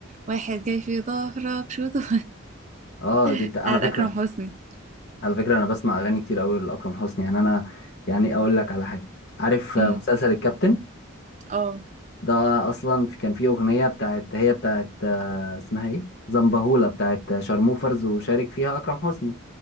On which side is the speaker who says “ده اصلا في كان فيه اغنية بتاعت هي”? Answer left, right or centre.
Left